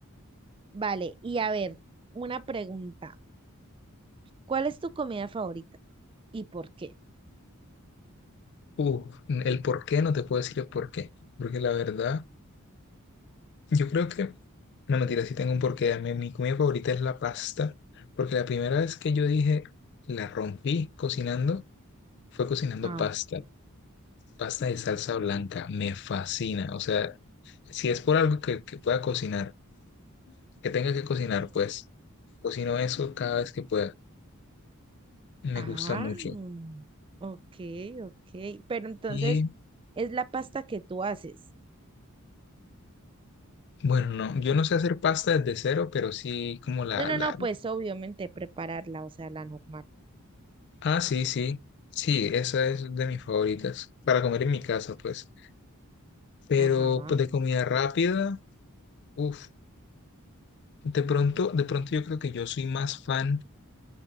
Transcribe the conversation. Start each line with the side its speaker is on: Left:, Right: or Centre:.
Right: Vale, y a ver, una pregunta. ¿Cuál es tu comida favorita y por qué?
Left: Uf, el por qué no te puedo decir el por qué, porque la verdad, yo creo que, no mentira, sí tengo un porqué. A mí, mi comida favorita es la pasta, porque la primera vez que yo dije, la rompí cocinando, fue cocinando
Right: Ah,
Left: pasta, pasta de salsa blanca, me fascina. O sea, si es por algo que, que pueda cocinar, que tenga que cocinar, pues cocino eso cada vez que pueda, me
Right: Ah,
Left: gusta mucho.
Right: ok, ok. Pero entonces
Left: Y
Right: es la pasta que tú haces.
Left: bueno, no, yo no sé hacer pasta desde cero, pero sí como la,
Right: No, no,
Left: la,
Right: no, pues obviamente prepararla, o sea, la normal.
Left: Ah, sí, sí, sí, esa es de mis favoritas, para comer en mi casa, pues. Pero
Right: Ajá.
Left: pues, de comida rápida, uff, de pronto, de pronto yo creo que yo soy más fan